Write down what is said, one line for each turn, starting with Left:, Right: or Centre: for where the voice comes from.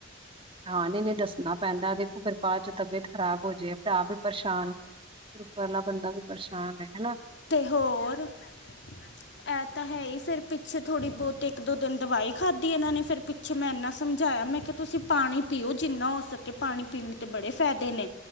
Right: ਹਾਂ ਨਹੀ ਨੇ ਦਸਣਾ ਪੈਦਾ ਦੇਖੋ ਫਿਰ ਬਾਅਦ 'ਚ ਤਬੀਅਤ ਖਰਾਬ ਹੋ, ਜੇ ਫਿਰ ਆਪ ਹੀ ਪਰੇਸ਼ਾਨ- ਪਹਿਲਾਂ ਬੰਦਾ ਵੀ ਪਰੇਸ਼ਾਨ ਹੈਗਾ। ਨਾ
Left: ਤੇ ਹੋਰ- ਇਹ ਤਾਂ ਹੈ ਹੀ ਫਿਰ ਪਿੱਛੇ ਥੋੜ੍ਹੀ ਬਹੁਤੀ ਇੱਕ, ਦੋ ਦਿਨ ਦਵਾਈ ਖਾਧੀ ਇਹਨਾਂ ਨੇ, ਫਿਰ ਪਿੱ ਮੈਂ ਇੰਨਾ ਸਮਝਾਇਆ ਮੈਂ ਕਿਹਾ ਤੁਸੀਂ ਪਾਣੀ ਪੀਓ ਜਿੰਨਾ ਹੋ ਸਕੇ ਪਾਣੀ-ਪੀਣ ਤੇ, ਬੜੇ ਫਾਇਦੇ ਨੇ